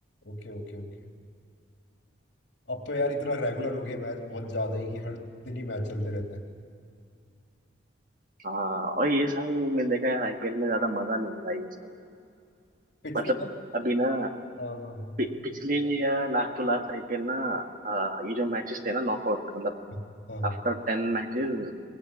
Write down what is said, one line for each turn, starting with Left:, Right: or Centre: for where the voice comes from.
Left: Okay okay okay अब तो यार इतना रेगुलर हो गया मैच बहुत ज्यादा ही कि हर दिन ही मैच चलते रहते हैं
Right: हाँ और ये साल मैंने देखा है आईपीएल में ज्यादा मजा नहीं आ रहा है ये साल
Left: पिछले
Right: मतलब
Left: तो
Right: अभी ना
Left: हाँ हाँ हाँ
Right: पि- पिछले या लास्ट टू लास्ट आईपीएल ना आ, ये जो मैचेस थे ना नॉकआउट मतलब
Left: हाँ हाँ हाँ
Right: आफ्टर टेन मैचेस